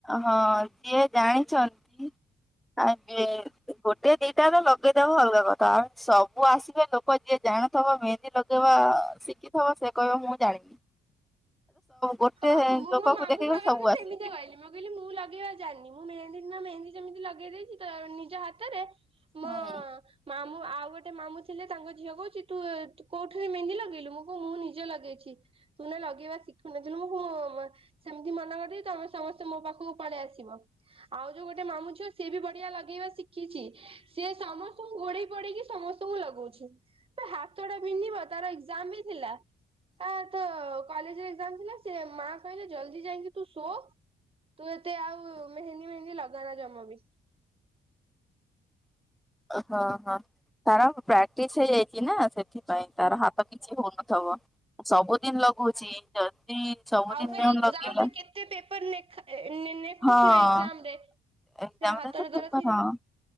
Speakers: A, in the centre; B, on the right (about 30°).
A: ହଁ ଯିଏ ଜାଣିଛନ୍ତି ଆଉ କିଏ ଗୋଟେ ଦିଟା ତ ଲଗେଇଦବ ଅଲଗା କଥା ଆଉ ସବୁ ଆସିବେ ଲୋକ ଯିଏ ଜାଣିଥିବ ମେହେନ୍ଦୀ ଲଗେଇ ବା ଶିଖିଥିବ ସେ କହିବ ମୁଁ ଜାଣିନି। ଗୋଟେ
B: ହଁ ମୁଁ
A: ଲୋକକୁ
B: ମୋ ମାମୁଁ
A: ଦେଖିକରି
B: ବାହାଘରରେ
A: ସବୁ
B: ସେମିତିଆ
A: ଆସିବେ।
B: କହିଲି ମୁଁ କହିଲି ମୁଁ ଲଗେଇବା ଜାଣିନି ମୁଁ ମେହେନ୍ଦୀ ନା ମେହେନ୍ଦୀ ଯେମିତି ଲଗେଇ ଦେଇଚି ନିଜ ହାତରେ ମ।
A: ହୁଁ।
B: ମାମୁଁ ଆଉ ଗୋଟେ ମାମୁଁ ଥିଲେ ତାଙ୍କ ଝିଅ କହୁଚି ତୁ କୋଉଠୁରେ ମେହେନ୍ଦି ଲଗେଇଲୁ ମୁଁ କହୁଚି ମୁଁ ନିଜେ ଲଗେଇଚି। ତୁନେ ଲଗେଇିବା ଶିକ୍। ଶୁଣିଥିଲୁ ସେମିତି ମନା କରିଦେଇଚି ତମେ ସମସ୍ତେ ମୋ ପାଖକୁ ପଳେଇ ଆସିବ। ଆଉ ଯୋଉ ଗୋଟେ ମାମୁଁ ଝିଅ ସିଏ ବି ବଢିଆ ଲଗେଇବା ଶିଖିଚି ସି ସମସ୍ତଙ୍କୁ ଗୋଡେଇ ପୋଡେଇକି ସମସ୍ତଙ୍କୁ ଙ୍କୁ ଲଗଉଛି ହାତଟା ବିନ୍ଧିବ ତାର ଏକ୍ଜାମ୍ ବି ଥିଲା। ଆ ତ କଲେଜରେ ଏକ୍ଜାମ ଥିଲା ସେ ମା କହିଲେ ଜଲଦି ଯାଇକି ତୁ ଶୋ। ତୁ ଏତେ ଆଉ ମେହେନ୍ଦୀ ମେହେନ୍ଦୀ ଲଗାନା ଜମା ବି।
A: ହଁ ହଁ। ତାର ପ୍ରାକ୍ଟିସ ହେଇଯାଇଚି ନା ସେଥିପାଇଁ ତାର ହାତ କିଛି ହଉନଥିବ। ସବୁଦିନି ଲଗଉଚି। ଜଦି ସବଦିନ
B: ଆଉ ଫେରେ ଏକ୍ଜାମ
A: ଲଗେଇଲା
B: ରେ କେତେ ପେପର ନେଖା ଏ ନେଖୁଥିବେ
A: ହଁ।
B: ଏକ୍ଜାମ ରେ।
A: ଏକ୍ଜାମ
B: ସେ ହାତର
A: ତ ପେପର
B: ଦରଜ ହେଇଯିବ
A: ହଁ